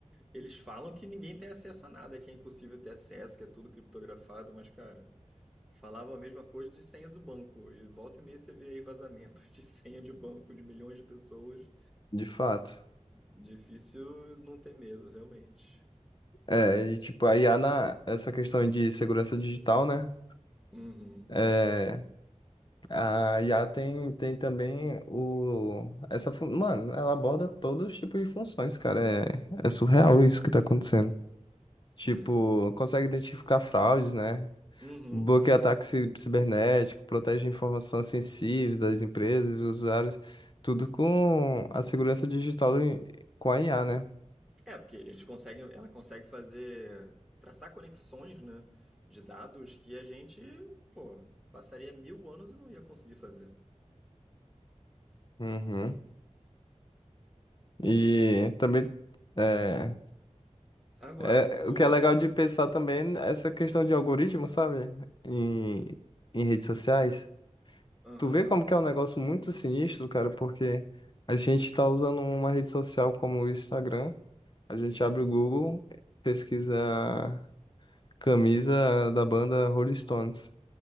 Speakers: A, in the centre; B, on the left (about 40°).
A: Eles falam que ninguém tem acesso a nada, que é impossível ter acesso, que é tudo criptografado, mas, cara, falavam a mesma coisa de senha do banco. E volta e meia você vê aí vazamento <laughs> de senha de banco de milhões de pessoas.
B: de fato.
A: Difícil não ter medo, realmente.
B: É, e, tipo, a IA na essa questão de segurança digital, né?
A: Uhum.
B: É, a IA tem, tem também o essa fun- mano, ela aborda todos os tipos de funções, cara. É, é surreal isso que tá acontecendo. Tipo,
A: É.
B: consegue identificar fraudes, né?
A: Uhum.
B: Bloqueia ataque ci- cibernético, protege informações sensíveis das empresas e usuários, tudo com a segurança digital e- com a IA, né?
A: É, porque eles conseguem, ela consegue fazer, traçar conexões, né, de dados que a gente, pô, passaria mil anos e não ia conseguir fazer.
B: Uhum. E também é,
A: Agora,
B: é, o
A: o.
B: que é legal de pensar também é essa questão de algoritmo, sabe? Em, em redes sociais.
A: Aham.
B: Tu vê como que é um negócio muito sinistro, cara, porque a gente tá usando uma rede social como o Instagram. A gente
A: uhum.
B: abre o Google,
A: <laughs>
B: pesquisa camisa da banda Rolling Stones.